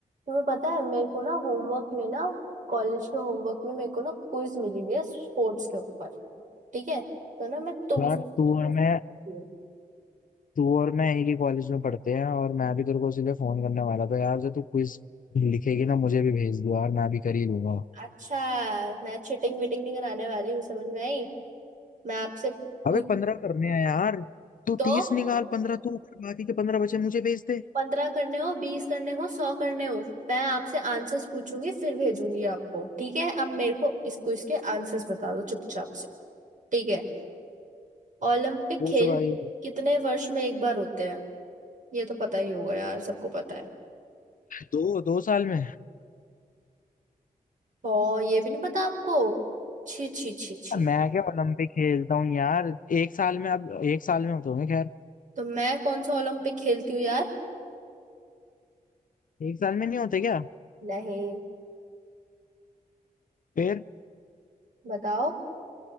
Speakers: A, on the right; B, on the left.
A: तुम्हें पता है मेरे को ना होमवर्क में ना कॉलेज के होमवर्क में मेरे को ना क्विज मिली हुई है स्पोर्ट्स के ऊपर ठीक है तो ना मैं तुमसे
B: यार तू और
A: quiz
B: मैं
A: पूछती हूँ।
B: तू और मैं एक ही कॉलेज में पढ़ते हैं और मैं भी तेरे को इसीलिए फोन करने वाला था यार जब तू क्विज लिखेगी ना मुझे भी भेज दो यार मैं भी कर ही लूंगा
A: अच्छा मैं चिटिंग विटिंग नहीं कराने वाली हूँ समझ में आई मैं आपसे पूछ
B: अबे पंद्रह करने हैं यार तू
A: तो
B: तीस निकाल पंद्रह तू कर, बाकी के पंद्रह बचे मुझे भेज दे
A: पंद्रह करने हो बीस करने हो सौ करने हो मैं आपसे आंसर्स पूछूंगी फिर भेजूंगी आपको ठीक है अब मेरे को इस क्विज के आंसर्स बता दो चुपचाप से ठीक है ओलंपिक
B: पूछ
A: खेल
B: भाई
A: कितने वर्ष में एक बार होते हैं ये तो पता ही होगा यार सबको पता है
B: दो दो साल में
A: और ये भी नहीं पता आपको छी छी छी छी
B: मैं क्या ओलंपिक खेलता हूँ यार एक साल में अब एक साल में होते होंगे खैर
A: तो मैं कौन सा ओलंपिक खेलती हूँ यार
B: एक साल में नहीं होते क्या
A: नहीं
B: फिर
A: बताओ